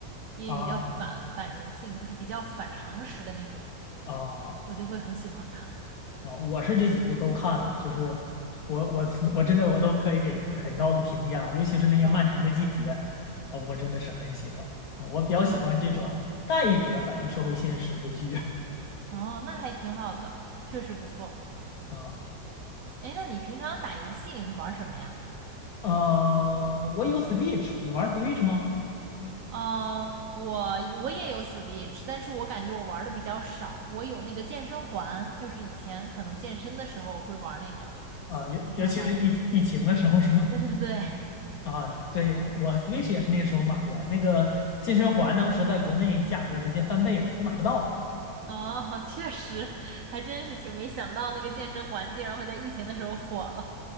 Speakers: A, on the right; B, on the left.
A: 因为比较反反人性，
B: 啊
A: 就是比较反常识的那种，
B: 啊
A: 我就会很喜欢看。
B: 啊！我是这几部都看了，就是我我 <laughs> 我真的我都可以给很高的评价，尤其是那些漫长的季节
A: 哇，
B: 啊，我真的是很喜欢啊，我比较喜欢这种带一点儿反映社会现实的剧
A: 挺好，挺好。
B: <laughs>
A: 哦，那还挺好的，确实不错。
B: 啊
A: 哎，那你平常打游戏你会玩什么呀？
B: 啊！我有 Switch，你玩 Switch 吗？
A: 嗯，我我也有 Switch，但是我感觉我玩的比较少。我有那个健身环，就是以前可能健身的时候会玩那个斯健身环。
B: 啊，尤尤其是疫疫情的时候是吗？
A: 对对对，
B: 啊，对，我 Switch 也是那时候买的，那个健身环当时在国内价格直接翻倍了，都买不到。
A: 哦，确实，还真是挺没想到那个健身环竟然会在疫情的时候火了。